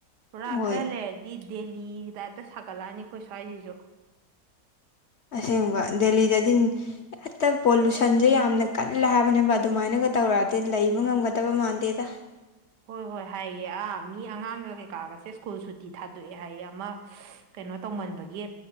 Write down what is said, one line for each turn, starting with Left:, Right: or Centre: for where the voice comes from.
Right: ꯄꯨꯔꯥ
Left: ꯍꯣꯏ
Right: ꯈꯔ ꯂꯩꯔꯗꯤ ꯗꯦꯜꯂꯤꯒꯤ ꯇꯥꯏꯞꯇ ꯁꯥꯒꯠꯂꯛꯑꯅꯤꯈꯣꯏ ꯁ꯭ꯋꯥꯏꯁꯤꯁꯨ
Left: ꯑꯁꯦꯡ ꯏꯕ ꯗꯦꯜꯂꯤꯗꯗꯤ ꯍꯇ ꯄꯣꯂꯨꯁꯟꯁꯦ ꯌꯥꯝꯅ ꯀꯜꯂꯦ ꯍꯥꯏꯕꯅꯦꯕ ꯑꯗꯨꯃꯥꯏꯅꯒ ꯇꯧꯔꯛꯑꯗꯤ ꯂꯩꯕ ꯉꯝꯒꯗꯕ ꯃꯥꯟꯗꯦꯗ
Right: ꯍꯣꯏ ꯍꯣꯏ ꯍꯥꯏꯌꯦ ꯑꯥ ꯃꯤ ꯑꯉꯥꯡꯒ ꯀꯩꯀꯥꯒꯁꯦ ꯁ꯭ꯀꯨꯜ ꯁꯨꯇꯤ ꯊꯥꯗꯣꯛꯑꯦ ꯍꯥꯏꯌꯦ ꯑꯃ ꯀꯩꯅꯣ ꯇꯧꯃꯟꯕꯒꯤ